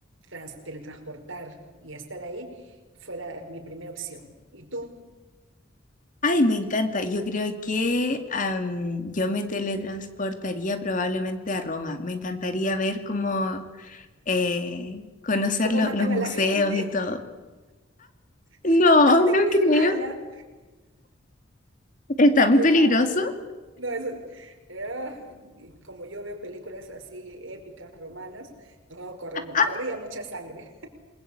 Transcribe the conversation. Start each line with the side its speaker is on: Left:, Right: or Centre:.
Right: trans- teletransportar y estar ahí, fuera mi primera opción. ¿Y tú?
Left: Ay, me encanta. Yo creo que am, yo me teletransportaría probablemente a Roma. Me encantaría ver cómo eh, conocer
Right: ¿Cómo
Left: lo-
Right: matan
Left: los museos
Right: a la gente?
Left: y todo. No,
Right: <laughs>
Left: no
Right: ¡Qué
Left: creo.
Right: mala!
Left: Está muy
Right: ¡Qué
Left: peligroso.
Right: mala! No, eso, ah, y como yo veo películas así épicas, romanas, no, corremos-
Left: Ah,
Right: corría mucha sangre.